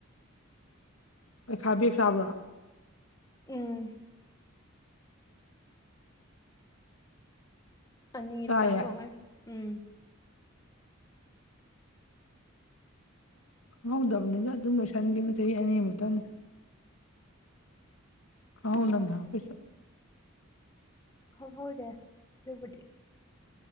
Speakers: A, on the left (about 80°); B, on the left (about 15°).
A: ꯄꯩꯈꯥ ꯕꯦꯛ ꯆꯥꯕ꯭ꯔꯥ
B: ꯎꯝ ꯑꯅꯤꯕ
A: ꯆꯥꯏꯌꯦ
B: ꯀꯥꯝ ꯑꯃꯃꯦ ꯎꯝ
A: ꯈꯪꯍꯧꯗꯕꯅꯤꯅ ꯑꯗꯨꯝ ꯂꯣꯏꯁꯟꯂꯤ ꯆꯍꯤ ꯑꯅꯤꯃꯨꯛꯇꯪꯅꯤ ꯑꯥꯎꯗꯅꯤ ꯑꯣ ꯀꯩꯁꯨ
B: ꯍ ꯍꯥꯎꯗ ꯌꯕꯨꯗꯤ